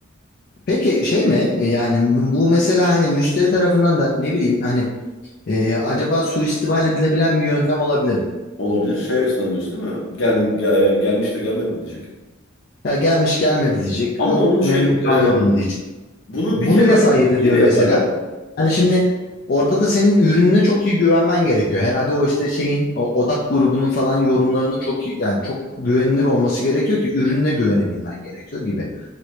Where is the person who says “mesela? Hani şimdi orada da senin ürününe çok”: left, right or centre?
Left